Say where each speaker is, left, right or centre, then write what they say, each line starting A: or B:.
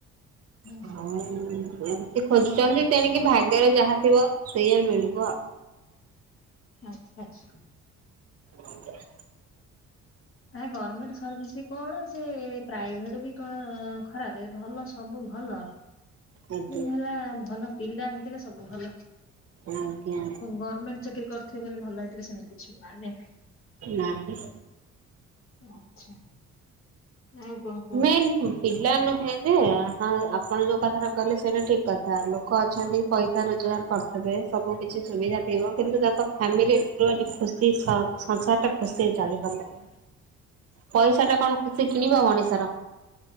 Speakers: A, on the left; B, on the right.
A: ହୁଁ।
B: ହଁ। ସେ ଖୋଜୁଛନ୍ତି ତେଣିକି ଭାଗ୍ୟରେ ଯାହା ଥିବ ସେଇଆା ମିଳିବ ଆଉ
A: ଆଛା ଆଛା।
B: ହ କ
A: ଆ ଗଭର୍ଣ୍ଣମେଣ୍ଟ ସର୍ଭିସ କଣ ସେ ପ୍ରାଇଭେଟ ବି କଣ ଖରାପ ଏ ଭଲ ସବୁ ଭଲ
B: ଆଜ୍ଞା
A: ଦିନ ହେଲା ଭଲ ପିଲା ହେଇଥିଲେ ସବୁ ଭଲ
B: ଆଜ୍ଞା
A: ଗଭର୍ମେଣ୍ଟ ଚାକିରି କରି ଥିବେ ବୋଲି ଭଲହେଇଥିବ ସେମିତି କିଛି ମାନେ ନାହିଁ।
B: ନାହିଁ।
A: ଆଚ୍ଛା, ଆଉ କଣ କୁହ?
B: ମେନ୍ ପିଲା ନୁହେଁ ଯେ <unintelligible> ଆପଣ ଯୋଉ କଥାଟା କହିଲେ ସେଇଟା ଠିକ କଥା। ଲୋ କ ଅଛନ୍ତି ପଇସା ରୋଜଗାର କରଥୁବେ। ସବୁ କିଛି ସୁବିଧା ଥିବ। କିନ୍ତୁ ତାଙ୍କ ଫ୍ୟାମିଲି <unintelligible> ଖୁସି ସ -ସଂସାର ଟା ଖୁସି ହେଇ ଚାଲି ପାରନ୍ତା କି।
A: ହ
B: ପଇସା ଟା କଣ କିଛି କିଣିବ ମଣିଷର।